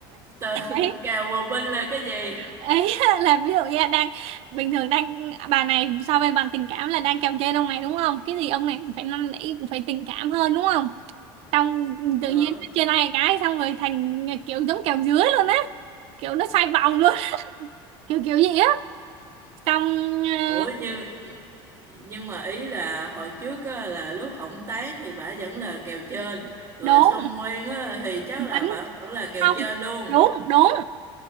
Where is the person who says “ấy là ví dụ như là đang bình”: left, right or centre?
Right